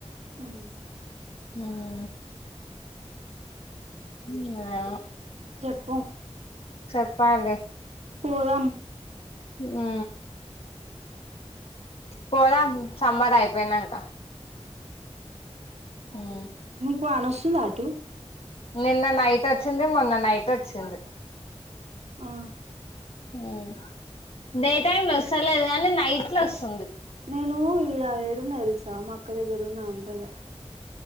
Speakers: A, on the right (about 75°); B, on the left (about 60°).
A: ఉమ్
B: ఉమ్ ఉమ్ ఏమో
A: చెప్పు
B: చెప్పాలి
A: పోదాం
B: ఆ పోదాం సమ్మర్ అయిపోయినాక ఉమ్
A: కు అనొస్తుందా అటు
B: నిన్న నైట్ వచ్చింది మొన్న నైట్ వచ్చింది
A: ఆ
B: ఉమ్ డే టైమ్ లో వస్తలేదు కానీ నైట్ లో వస్తుంది
A: నేను ఈడ ఏడున్న నాకు తెలుసా మా అక్క దగ్గరున్న ఆంధ్రలో